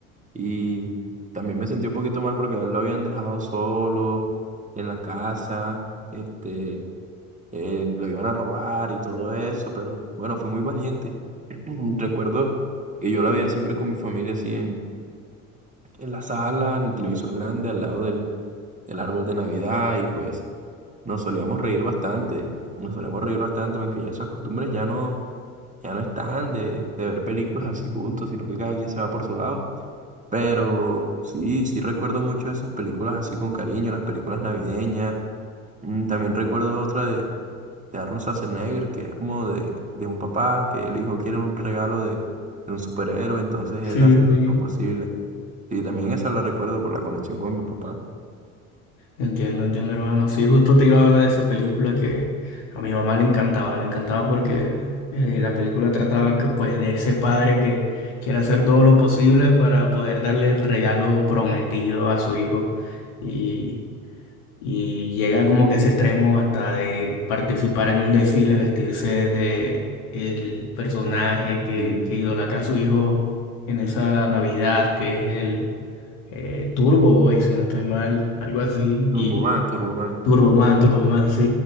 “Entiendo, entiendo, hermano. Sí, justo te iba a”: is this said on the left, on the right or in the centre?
Left